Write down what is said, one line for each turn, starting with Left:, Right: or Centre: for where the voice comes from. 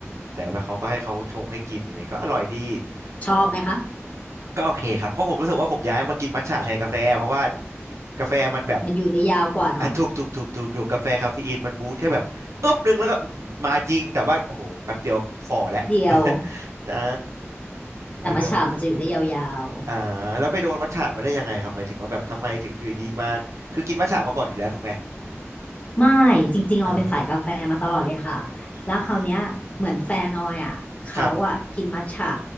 Right: แต่ว่าเขาก็ให้เขาชงให้กินเลยก็อร่อยดีโอ้
Left: ชอบไหมคะ
Right: ก็โอเคครับเพราะผมรู้สึกว่าผมย้ายมากินมัทฉะแทนกาแฟเพราะว่ากาแฟมันแบบ
Left: มันอยู่ได้ยาวกว่าเนาะ
Right: อ่ะถูกถูกถูกถูกถูกกาแฟคาเฟอีนมันบูสต์แค่แบบอึ๊บหนึงแล้วก็อื้อหือมาจริงแต่ว่าโอ้โหแป๊บเดียวฝ่อแล้ว
Left: แป๊บเดียว
Right: <laughs> ใช่แล้วเดียวก็
Left: แต่มัทฉะมันจะอยู่ได้ยาว
Right: อ่าแล้วไปโดนมัทฉะมาได้ยังไงครับหมายถึงว่าแบบทำไมถึงอยู่ดีๆมาคือกินมัทฉะมาก่อนอยู่แล้วถูกไหม
Left: ไม่จริงๆออยเป็นสายกาแฟมาตลอดเลยค่ะ
Right: อ่าอื
Left: แล้วคราวเนี้ยเหมือนแฟนออยอ่ะเขาอ่ะกินมัทฉะ
Right: มครับ